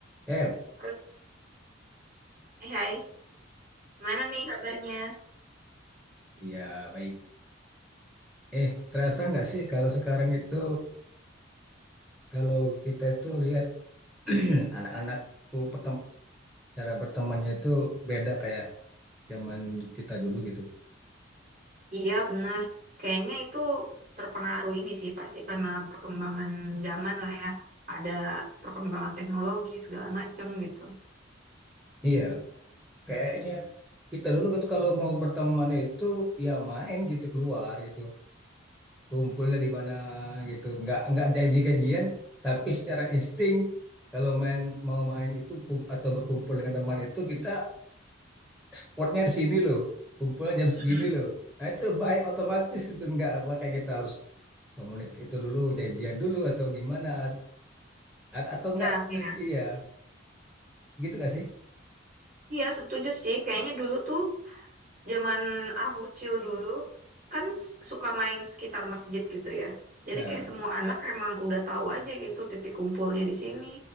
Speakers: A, in the centre; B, on the right.
A: Eh,
B: Halo, Hai, hai. Gimana nih kabarnya?
A: iya baik. Eh, terasa nggak sih kalau sekarang itu kalau kita itu lihat <clears throat> anak-anak tuh pertem- cara bertemannya itu beda kayak zaman kita dulu gitu.
B: Iya, benar. Kayaknya itu terpengaruh ini sih, pasti karena perkembangan zaman lah ya. Ada perkembangan teknologi segala macam gitu.
A: Iya, kayaknya kita dulu gitu kalau mau berteman itu ya main gitu keluar gitu, kumpulnya di mana gitu, nggak nggak janji-janjian, tapi secara insting kalau main mau main itu kum- atau berkumpul dengan teman itu kita spotnya di sini loh, kumpulan jam segini
B: Mm-mm.
A: loh. Nah itu baik otomatis itu enggak makanya kita harus komunik itu dulu janjian dulu atau gimana At- atau enggak
B: Ya, iya.
A: iya gitu nggak sih?
B: Iya, setuju sih. Kayaknya dulu tuh zaman aku kecil dulu kan s- suka main sekitar masjid gitu ya. Jadi
A: Nah,
B: kayak semua anak emang udah tahu aja gitu titik kumpulnya di sini.